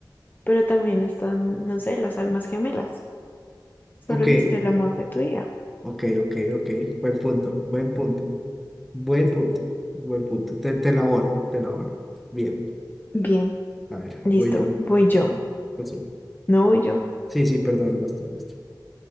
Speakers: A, on the left (about 25°); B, in the centre.
A: pero también están, no sé, las almas gemelas. Solo
B: Ok,
A: dijiste el amor de tu vida.
B: ok, ok, ok. Buen punto, buen punto, buen punto, buen punto. Te, te la abono, te la abono. Bien,
A: Bien,
B: a ver,
A: listo.
B: voy yo.
A: Voy yo.
B: Pues Sí,
A: No voy yo.
B: sí, sí, perdón, basta, basta.